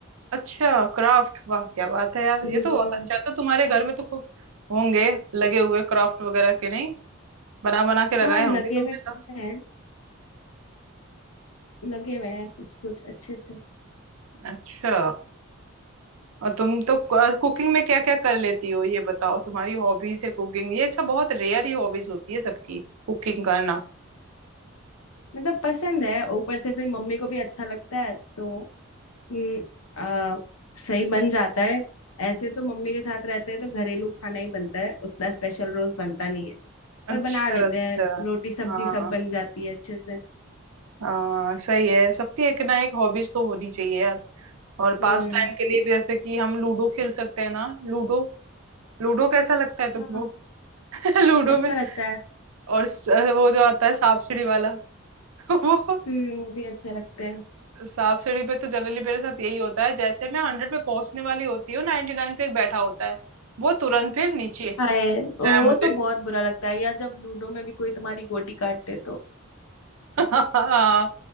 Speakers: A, on the right; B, on the left.
A: अच्छा क्राफ्ट वाह क्या बात है यार
B: हम्म,
A: ये तो बहुत अच्छा है तो तुम्हारे घर में तो खूब होंगे लगे हुए क्राफ्ट वगैरह के नहीं बना बना के लगाए
B: हाँ लगे
A: होंगे तुमने
B: हुए तो
A: तो
B: है लगे हुए हैं कुछ कुछ अच्छे से
A: अच्छा और तुम तो कुकिंग में क्या क्या कर लेती हो ये बताओ तुम्हारी हॉबीज है कुकिंग ये अच्छा बहुत रेयर ही हॉबीज होती है सबकी कुकिंग करना
B: मतलब पसंद है ऊपर से फिर मम्मी को भी अच्छा लगता है तो हम्म, आ, सही बन जाता है ऐसे तो मम्मी के साथ रहते हैं तो घरेलू खाना ही बनता है उतना स्पेशल रोज बनता नहीं है
A: अच्छा
B: पर बना लेते
A: अच्छा
B: हैं रोटी सब्जी
A: हाँ
B: सब बन जाती है अच्छे से
A: हाँ सही है सबकी एक ना एक हॉबीज तो होनी चाहिए यार और पास
B: हम्म
A: टाइम के लिए भी जैसे कि हम लूडो खेल सकते हैं ना लूडो लूडो कैसा लगता है तुमको
B: हाँ
A: <laughs> लूडो
B: अच्छा
A: में
B: लगता है
A: और स- वो जो आता है सांप सीढ़ी वाला <laughs> वो
B: हम्म वो भी अच्छे लगते हैं
A: सांप सीढ़ी पे तो जनरली मेरे साथ यही होता है जैसे मैं हंड्रेड पे पहुंचने वाली होती हूँ नाइनटी नाइन पे एक बैठा होता है वो तुरंत फिर नीचे
B: हाय
A: लगता
B: वो
A: है मुझे
B: तो बहुत बुरा लगता है या जब लूडो में भी कोई तुम्हारी गोटी काट दे तो
A: <laughs> हाँ